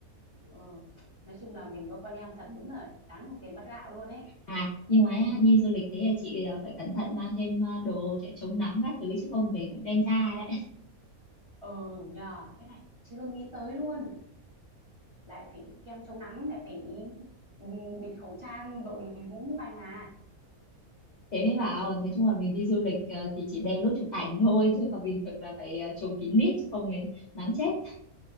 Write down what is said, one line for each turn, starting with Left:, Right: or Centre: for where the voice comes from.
Right: ừ. nói chung là mình có con em thật đúng là đáng đồng tiền bát gạo luôn ấy
Left: à nhưng mà đi du lịch thế là chị ờ, phải cẩn thận mang thêm ờ, đồ kiểu chống nắng các thứ chứ không về cũng đen da đấy
Right: ừ nhờ cái này chưa nghĩ tới luôn lại phải kem chống nắng lại phải ừ, bịt khẩu trang đội mũ mũ banh à
Left: thế mới bảo nói chung là mình đi du lịch ờ, thì chỉ đem lúc chụp ảnh thôi chứ còn bình thường là phải ờ, trùm kín mít chứ không thì nắng chết